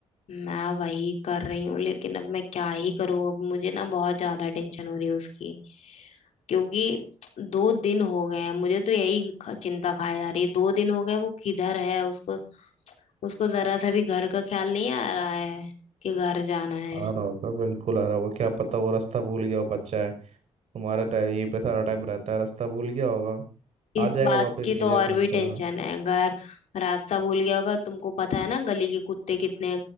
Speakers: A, on the left; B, on the right.
A: मैं वही कर रही हूँ लेकिन अब मैं क्या ही करूँ अब मुझे ना बहुत ज्यादा टेंशन हो रही है उसकी क्योंकि दो दिन हो गए हैं मुझे तो यही ख- चिंता खाए जा रही है दो दिन हो गए वो किधर है उसको उसको जरा सा भी घर का ख्याल नहीं आ रहा है कि घर जाना है
B: आ रहा होगा बिल्कुल आ रहा होगा क्या पता वो रास्ता भूल गया हो बच्चा है तुम्हारा टाइम यहीं पे सारा टाइम रहता है रास्ता भूल गया होगा
A: इस
B: आ जाएगा
A: बात
B: वापस
A: की
B: धीरे
A: तो
B: धीरे
A: और
B: ढूंढते
A: भी टेंशन
B: हुए
A: है घर रास्ता भूल गया होगा तुमको पता है ना गली के कुत्ते कितने